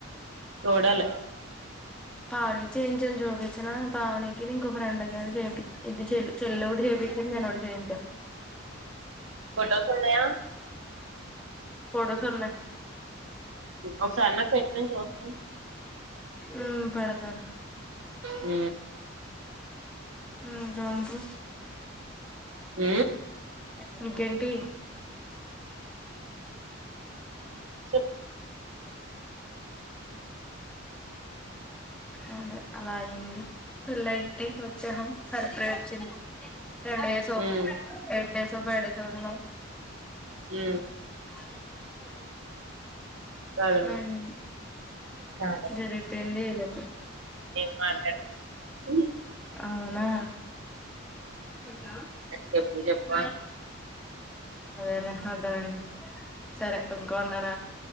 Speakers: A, on the right; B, in the centre.
A: చూడాలి
B: పావనీకి చేయించం చోపిచన పావనీకిని ఇంకో ఫ్రెండగాని చేయిపి ఇది చె చెల్డు చేయిపించ ననోటి చేయించ
A: ఫోటోకున్నాయా
B: ఫొటోస్ వున్నాయ్
A: ఒకసారన్న పెట్నీ చూస్తాను
B: ఊ పెడ్
A: ఊ
B: ఊ రండ్రి
A: ఊ
B: ఇంకెన్టి
A: చెప్పు
B: అవునే అలా అయింది పెళ్ళయితే వచ్చాం సరిప వచ్చింది ten days
A: um
B: eight days sofa ఏడే చుసునవ్
A: ఊ
B: అదెంత పిసినారిది
A: బాగానే ఉంది.
B: అవున
A: కానీ
B: గరిపోయింది ఏలకు
A: ఇయ్
B: అవునా <inaudible>
A: చెప్పు చెప్పు
B: అదెలా అర్థమైంది సరే ఇంకా ఉనార